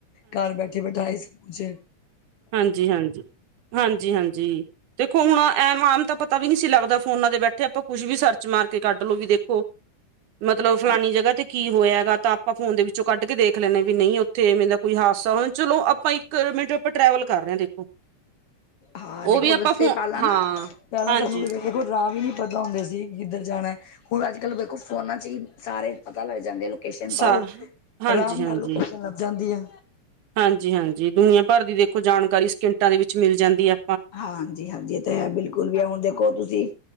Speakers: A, on the left (about 65°); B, on the right (about 85°).
A: ਘਰ ਬੈਠੇ- ਬੈਠਾਏ ਸਭ ਕੁਛ ਏ।
B: ਹਾਂਜੀ- ਹਾਂਜੀ, ਹਾਂਜੀ- ਹਾਂਜੀ। ਦੇਖੋ ਹੁਨ ਐਮ -ਆਮ ਤਾਂ ਪਤਾ ਵੀ ਨਹੀਂ ਸੀ ਲੱਗਦਾ ਫੋਨਾਂ ਤੇ, ਬੈਠੇ ਆਪਾਂ ਕੁਛ ਵੀ ਸਰਚ ਮਾਰ ਕੇ ਕੱਢ ਲਓ ਵੀ ਦੇਖੋ। ਮਤਲਬ ਫਲਾਨੀ
A: ਹਾਂ
B: ਜਗ੍ਹਾ ਤੇ ਕੀ ਹੋਇਆ ਹੈਗਾ ਤਾਂ, ਆਪਾਂ ਫੋਨ ਦੇ ਵਿੱਚੋਂ ਕੱਢ ਕੇ ਦੇਖ ਲੈਂਨੇ ਆ ਵੀ ਨਈ ਉੱਥੇ ਐਵੇਂ ਦਾ ਕੋਈ ਹਾ ਸਮਝਲੋ, ਆਪਾਂ ਇੱਕ ਮਿੰਟ ਆਪਾਂ ਟਰੈਵਲ ਕਰ ਰਹੇ ਆ ਦੇਖੋ।
A: ਹਾਂ,
B: ਉਹ
A: ਦੇਖੋ
B: ਵੀ ਆਪਾਂ
A: ਰਸਤੇ
B: ਫੋ
A: ਪਾਲਾਂ
B: ਹਾਂ,
A: ਨਾ ਪਹਿਲਾਂ
B: ਹਾਂਜੀ
A: ਸਾਨੂੰ ਵੀ ਦੇਖੋ ਰਾਹ ਵੀ ਨਹੀਂ ਪਤਾ ਹੁੰਦੇ ਸੀ ਕਿੱਧਰ ਜਾਣਾ। ਹੁਨ ਅੱਜ-ਕੱਲ ਵੇਖੋ ਫੋਨਾਂ 'ਚ ਹੀ ਸਾਰੇ ਪਤਾ ਲੱਗ ਜਾਂਦੇ ਨੇ। ਕਿ ਸਿਮ
B: ਸਾ
A: ਪਾਓ
B: ਹਾਂਜੀ-ਹਾਂਜੀ।
A: ਆਰਾਮ ਨਾਲ ਲੋਕੇਸ਼ਨ ਲੱਭ ਜਾਂਦੀ ਐ।
B: ਹਾਂਜੀ-ਹਾਂਜੀ, ਦੁਨੀਆਂ ਭਰ ਦੀ ਦੇਖੋ ਜਾਣਕਾਰੀ ਸਕਿੰਟਾਂ ਦੇ ਵਿੱਚ ਮਿਲ ਜਾਂਦੀ ਆ।
A: ਹਾਂਜੀ-ਹਾਂਜੀ, ਤੇ ਹੈ ਬਿਲਕੁਲ ਵੀ ਹੁਣ ਦੇਖੋ ਦੇਖੋ ਤੁਸੀਂ